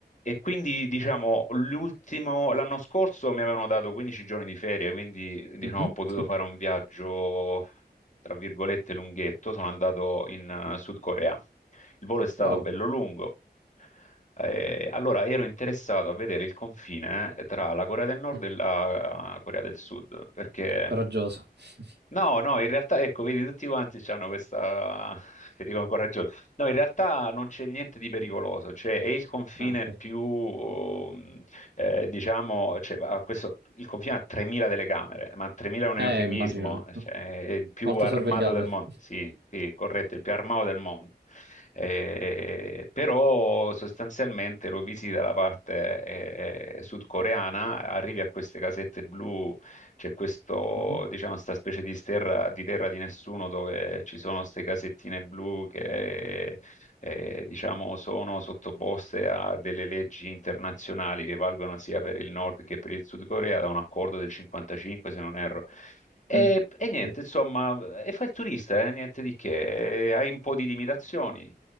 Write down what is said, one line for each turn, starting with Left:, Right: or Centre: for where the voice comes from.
Left: E quindi, diciamo, l'ultimo- l'anno scorso mi avevano dato 15 giorni di ferie, quindi, diciamo,
Right: Mhm,
Left: ho potuto
Right: Sì.
Left: fare un viaggio, tra virgolette, lunghetto. Sono andato in eh, Sud Corea. Il volo è stato
Right: Wow,
Left: bello lungo. Eh, allora ero interessato a vedere il confine eh, tra la Corea del Nord
Right: Mm.
Left: e la eh, Corea del Sud, perché
Right: coraggioso. <laughs>
Left: No, no, in realtà, ecco, vedi, tutti quanti hanno questa, <laughs> che dicono coraggiosa. No, in realtà non c'è niente di pericoloso, cioè è il confine
Right: Ah, ok.
Left: più, um, eh, diciamo, cioè, va- questo, il confine ha 3.000 telecamere, ma 3.000 è un
Right: Eh,
Left: eufemismo,
Right: immagino,
Left: cioè, è il più
Right: molto
Left: armato
Right: sorvegliato.
Left: del mondo, sì, sì, corretto, il più armato del mondo. Eh, però sostanzialmente lo visita la parte eh, sudcoreana, arrivi a queste casette blu c'è questo,
Right: Mhm,
Left: diciamo, questa specie di terra, di terra di nessuno dove ci sono queste casettine blu che, eh, diciamo, sono sottoposte a delle leggi internazionali che valgono sia per il Nord che per il Sud Corea, da un accordo del 55, se non erro. E,
Right: Mm.
Left: e niente,
Right: Sì.
Left: insomma, e fa il turista, eh, niente di che, E hai un po' di limitazioni.